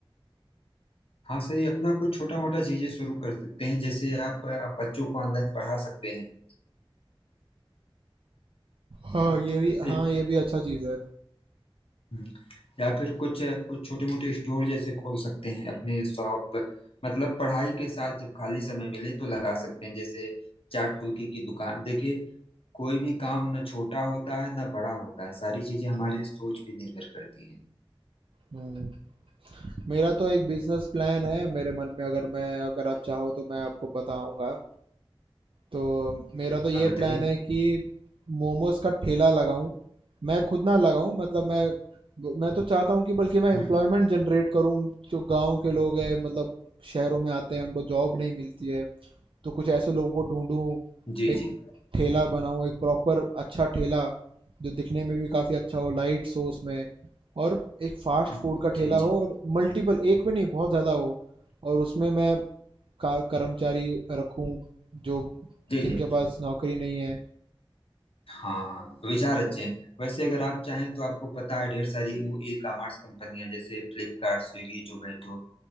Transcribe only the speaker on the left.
हाँ सही अपना कुछ छोटा मोटा चीजें शुरू कर सकते हैं जैसे आप, आप बच्चों को ऑनलाइन पढ़ा सकते हैं
हाँ
हम्म,
ए- या फिर कुछ कुछ छोटे मोटे स्टोर जैसे खोल सकते हैं अपने शॉप मतलब पढ़ाई के साथ जब खाली समय मिले तो लगा सकते हैं जैसे चाट फुल्की की दुकान देखिए कोई भी काम ना छोटा होता है ना बड़ा होता है सारी चीजें हमारे सोच पे निर्भर करती हैं
आप बताइए
हम्म
जी
जी
हाँ,
जी
जी
जी
जी
हाँ विचार अच्छे हैं वैसे अगर आप चाहें तो आपको पता है ढेर सारी वो ई कॉमर्स कंपनियां जैसे फ्लिपकार्ट स्विगी जोमेटो